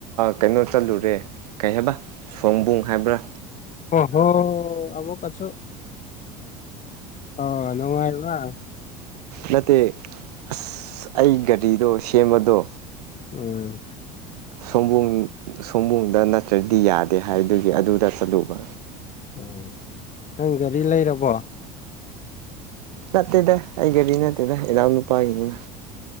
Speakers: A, on the right; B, on the left.
A: ꯀꯩꯅꯣ ꯆꯠꯂꯨꯔꯦ ꯀꯩ ꯍꯥꯏꯕ ꯁꯣꯕꯨꯡ ꯍꯥꯏꯕ꯭ꯔꯥ
B: ꯑꯣ ꯍꯣ ꯑꯃꯃꯨꯛ ꯀꯁꯨ ꯑꯣ ꯅꯅꯨꯡꯉꯥꯏ ꯋꯥ
A: ꯅꯠꯇꯦ ꯑꯁ ꯑꯩ ꯒꯥꯔꯤꯗꯣ ꯁꯦꯝꯕꯗꯣ
B: ꯎꯝ
A: ꯁꯣꯝꯕꯣꯡ ꯁꯣꯝꯕꯨꯡꯗ ꯅꯠꯇ꯭ꯔꯗꯤ ꯌꯥꯗꯦ ꯍꯥꯏꯕꯗꯨꯒꯤ ꯑꯗꯨꯗ ꯆꯠꯂꯨꯕ
B: ꯑꯣ ꯅꯪ ꯒꯥꯔꯤ ꯂꯩꯔꯕꯣ
A: ꯅꯠꯇꯦꯗ ꯑꯩ ꯒꯥꯔꯤ ꯅꯠꯇꯦꯗ ꯏꯅꯥꯎ ꯅꯨꯄꯥꯒꯤꯅꯤꯅ